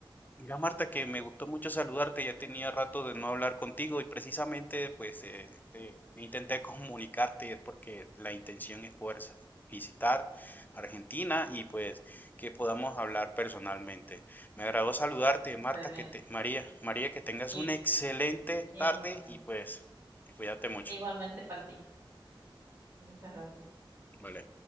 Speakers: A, on the left; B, on the right.
A: Mira, Marta, que me gustó mucho saludarte, ya tenía rato de no hablar contigo y precisamente pues eh, te- me intenté <laughs> comunicarte y es porque la intención es poder sa- visitar Argentina y pues que podamos hablar personalmente. Me agradó saludarte,
B: Excelente.
A: Marta, que te, María, María, que tengas
B: Y,
A: una excelente
B: igualmente.
A: tarde y pues cuídate mucho.
B: Igualmente para ti. Muchas gracias.
A: Vale.